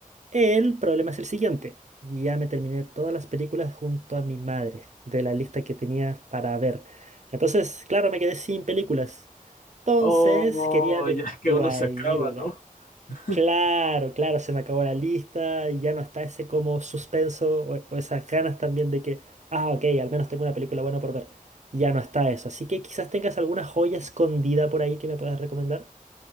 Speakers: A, on the right; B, on the left.
A: El problema es el siguiente. Ya me terminé todas las películas junto a mi madre de la lista que tenía para ver. Entonces, claro, me quedé sin películas. Entonces,
B: Oh,
A: quería de
B: ya
A: tu
B: que uno
A: ayuda.
B: se acaba, ¿no? <laughs>
A: Claro, claro, se me acabó la lista y ya no está ese como suspenso o, o esas ganas también de que, ah, ok, al menos tengo una película buena por ver. Ya no está eso. Así que quizás tengas alguna joya escondida por ahí que me puedas recomendar.